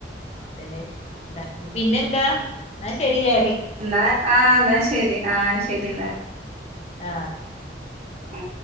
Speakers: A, on the left; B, on the right.
A: <inaudible> പിന്നെന്താ എന്നാ ശരിലേ
B: ന്ന ആ ന്നാ ശരി ആ ശരി ന്നാല്
A: ആ
B: മ്